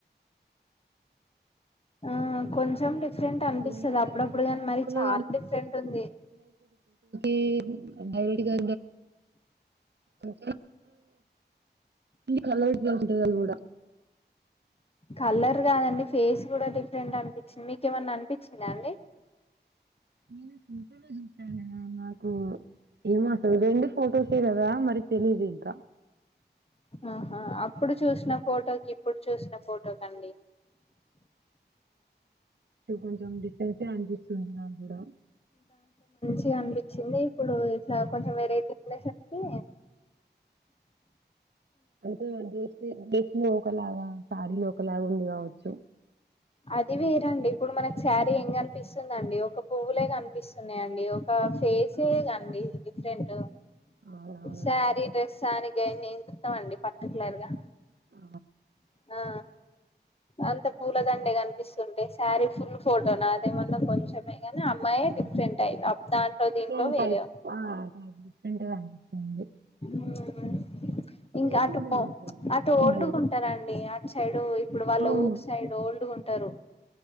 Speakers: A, on the left (about 30°); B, on the right (about 70°).
A: ఆ కొంచెం డిఫరెంట్ అనిపిస్తుంది
B: ఏమండి
A: అప్పుడప్పుడు
B: మరి
A: కాని మరి
B: ఫోటోలు
A: చాలా డిఫరెంట్ ఉంది
B: ఈ డైరెట్గా ఉ కలగా ఉంటుందిది కూడా
A: కల్ కాదండి ఫేస్ కూడా డిఫరెంట్ అనిపించింది మీక ఏమన్నా అనిపించిందా అండి
B: నేను చూసాను నాకు ఏమో అసలు రెండు ఫొటోసే కదా మరి తెలీదు ఇంకా
A: ఆహా అప్పుడు చూసిన ఫోటోకి ఇప్పుడు చూసిన ఫోటో క అండి
B: కొంచెం అపి సునా కూడాడ
A: కనిపించింది ఇప్పుడు ఇట్లా కొంచెం వెరైటీ ఉండేసరికి
B: అంటే అడస్ ఒకలాగా సారిలో ఒకలాగా ఉంది క చు
A: అది వేరండి ఇప్పుడు మనకి శారీ ఏం కనిపిస్తుందిండి, ఒక పువ్వులే కనిపిస్తున్నాయండి, ఒక ఫేసే కండి డిఫరెంట్
B: అవునవును
A: సారీ డ్రెస్ అనికి ఇ నేం చూస్తామ అండి పర్టికులర్ గా
B: ఆ
A: ఆ అంత పూలదండే కనిపిస్తుంటే శారీ ఫుల్ ఫోటోనా అదేమన్నా కొంచెం ని అమ్మాయిే
B: అవును
A: డిఫరెంట్ అయి దాంట్లో దీంట్లో
B: సేమ్
A: వేరే
B: టైప్
A: ఉంది
B: ఆ టైప్ డిఫరెంట్ గా అనిపిస్తుంది
A: ఆ
B: సేమ్
A: ఇంకా అటు
B: ఉండరు
A: పో
B: అసలు
A: అటు ఓల్డ్గా
B: ఉండరు
A: ఉంటా హే అటు సైడు ఇప్పుడు వాళ్ళ
B: అవును
A: ఊర్ సైడ్ ఓల్డ్ ఉ ట్టరు